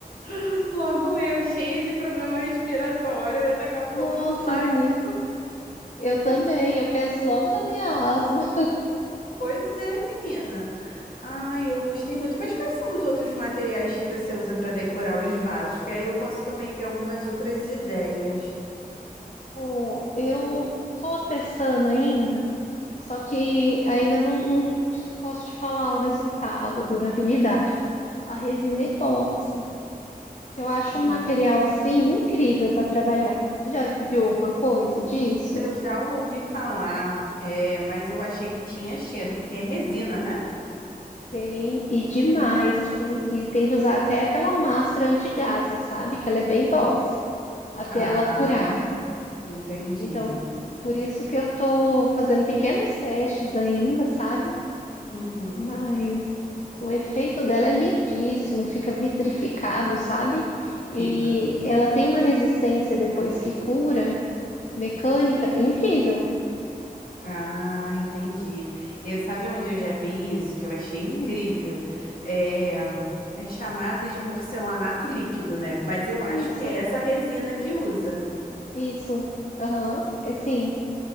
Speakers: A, on the left (about 65°); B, on the left (about 50°).
A: <laughs> Logo eu, cheia de problema respiratório, eu ia tacar fogo
B: Nossa,
A: no plástico.
B: menino. Eu também,
A: Meu Deus.
B: eu penso logo na minha asa.
A: Pois é, menina. Ai, eu gostei muito. Mas quais são os outros materiais que você usa para decorar os vasos? Que aí eu posso também ter algumas outras ideias.
B: Bom, eu estou testando ainda, só que ainda não, não te- posso te falar o resultado, a durabilidade. A resina epóxi, que eu acho
A: Hum.
B: um material assim incrível para trabalhar. Você já viu alguma coisa disso?
A: Eu já ouvi falar, é, mas eu achei que tinha cheiro, porque é resina, né?
B: Tem, e demais, assim, e tem que usar até aquela máscara antigases, sabe? Que ela é bem tóxica, até
A: Ah,
B: ela curar.
A: entendi.
B: Então, por isso que eu tô fazendo pequenos testes ainda, sabe?
A: Uhum,
B: Mas o efeito dela é lindíssimo, fica vitrificado, sabe? E
A: fica.
B: ela tem uma resistência depois que cura, mecânica, incrível.
A: Ah, entendi. E sabe onde eu já vi isso, que eu achei incrível?
B: Hum,
A: É, é chamado de porcelanato líquido, né? Mas eu
B: isso,
A: acho que é essa resina que usa.
B: isso. Aham, é sim.